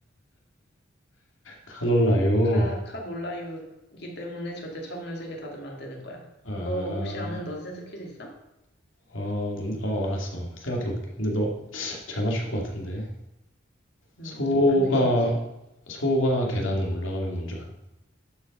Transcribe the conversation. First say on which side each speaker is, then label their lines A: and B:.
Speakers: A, on the left; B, on the left.
A: 카놀라요.
B: 카, 카 놀라유기 때문에 절대 차문을 세게 닫으면 안 되는 거야.
A: 아,
B: 너 혹시 아는 넌센스 퀴즈 있어?
A: 아, 어, 넌- 어, 알았어. 생각해볼게. 근데 너 잘 맞출 것 같은데.
B: 음,
A: 소가
B: 난 귀신이지.
A: 소가 계단을 올라가면 뭔 줄 알아?